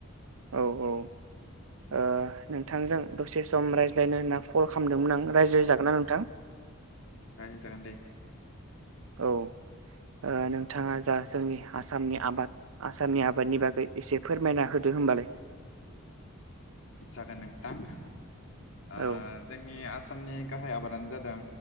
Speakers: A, on the right; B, on the left.
A: औ औ ओ नोंथांजों दसे सम रायज्लायनो होनना कल खालामदोंमोन आं, रायज्लाय जागोन ना नोंथां?
B: रायलाय जागोन दे।
A: औ। ओ नोंथाङा जा जोंनि आसामनि आबाद आसामनि आबादनि बागै एसे फोरमायना होदो। होम बालाय
B: जागोन नोंथां ओ
A: औ
B: जोंनि आसाम आसामनि गाहाय आबादानो जादों